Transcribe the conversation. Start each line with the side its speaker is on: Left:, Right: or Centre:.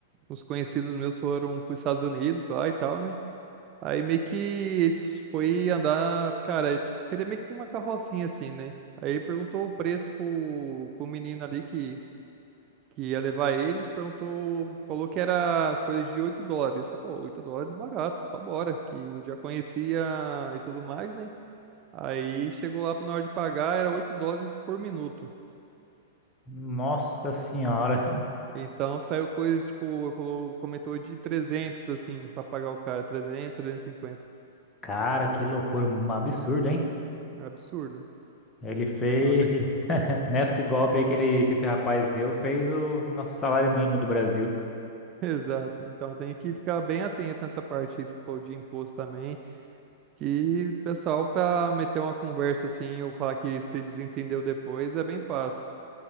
Right: uns conhecidos meus foram para os Estados Unidos lá e tal, né? Aí meio que eles foi andar, cara, é ti- seria meio que uma carrocinha assim, né? Aí perguntou o preço pro, pro menino ali que, que ia levar eles, perguntou, falou que era coisa de 8 dólares. Aí, Pô, 8 dólares barato, só bora, que já conhecia e tudo mais, né? Aí chegou lá na hora de pagar, era 8 dólares por minuto.
Left: Nossa senhora,
Right: Então saiu coisa, tipo, falou, comentou de 300 assim, pra pagar o cara, 300, 350.
Left: <laughs> cara, que loucura, um absurdo, hein?
Right: É absurdo.
Left: Ele fez,
Right: Então tem,
Left: <laughs> nesse golpe aí que, ele, que esse rapaz deu, fez o nosso salário mínimo do Brasil.
Right: <laughs> exato. Então tem que ficar bem atento nessa parte, aí, se for de imposto também, que pessoal pra meter uma conversa assim, ou falar que se desentendeu depois, é bem fácil.